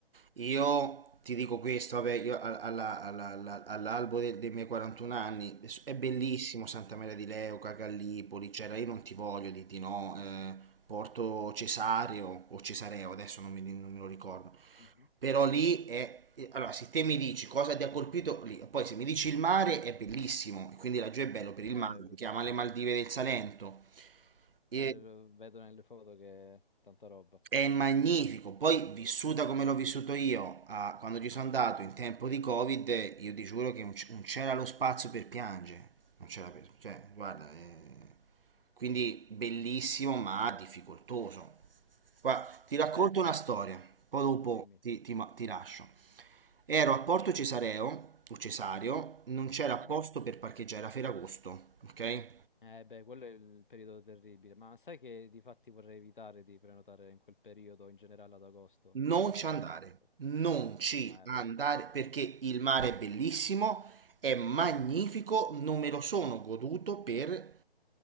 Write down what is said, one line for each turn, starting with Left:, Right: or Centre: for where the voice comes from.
Right: Io ti dico questo, vabbè, io a- alla- alla- alla- all'albo de- dei miei 41 anni es- è bellissimo
Left: <laughs>
Right: Santa Maria di Leuca, Gallipoli, c'era, io non ti voglio di di no, eh, Porto Cesario o Cesareo, adesso non mi, non me lo ricordo.
Left: Mhm.
Right: Però lì è, eh, allora se te mi dici cosa ti ha colpito lì, poi se mi dici il mare è bellissimo, e quindi laggiù è bello per il
Left: Eh,
Right: mare, si chiama le Maldive del Salento. E-
Left: eh, lo vedo nelle foto che è tanta roba.
Right: è magnifico, poi vissuta come l'ho vissuto io, ah, quando ci sono andato in tempo di Covid, io ti giuro che non c- non c'era lo spazio per piangere, non c'era per, cioè, guarda, eh, quindi bellissimo ma difficoltoso. Guarda, ti racconto
Left: Eh beh,
Right: una storia, poi dopo
Left: dimmi.
Right: ti, ti ma- ti lascio. Ero a Porto Cesareo, o Cesario, non c'era
Left: Mhm.
Right: posto per parcheggiare, era Ferragosto, ok?
Left: Eh beh, quello è il periodo terribile. Ma sai che di fatti vorrei evitare di prenotare in quel periodo, in generale ad agosto,
Right: Non
Left: proprio
Right: ci andare,
Left: per questo.
Right: non ci
Left: Ah, Eh
Right: andare
Left: beh.
Right: perché il mare è bellissimo, è magnifico, non me lo sono goduto per...